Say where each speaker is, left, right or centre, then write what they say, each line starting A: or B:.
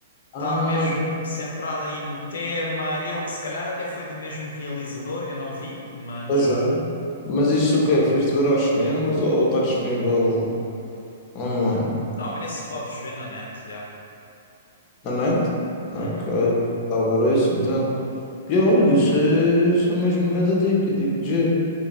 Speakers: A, on the left; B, on the left.
A: está
B: Ah,
A: mesmo centrado aí no tema. Eu, se calhar até foi do mesmo realizador, eu não vi, mas.
B: que azar. Mas isso o quê? Foste ver aos cinemas ou está disponível online?
A: Não, esse podes ver na net, já.
B: À noite? Ok,
A: Uhum.
B: vou tentar ver isso então. E é, olha, isso é, isso é mesmo uma grande dica, digo-te já.